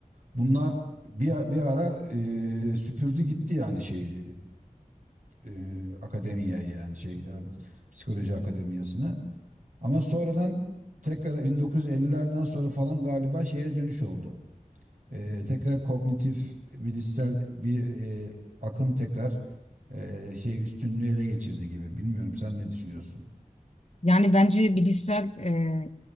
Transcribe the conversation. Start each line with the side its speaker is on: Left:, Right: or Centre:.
Right: Bunlar bir, bir ara e, süpürdü gitti yani şey e, e, akademiye yani şey e, psikoloji akademiyasını. Ama sonradan tekrar 1950'lerden sonra falan galiba şeye dönüş oldu. E, tekrar kognitif bilişsel bir e, akım tekrar e, şey üstünlüğü ele geçirdi gibi. Bilmiyorum sen ne düşünüyorsun?
Left: Yani bence bilişsel e,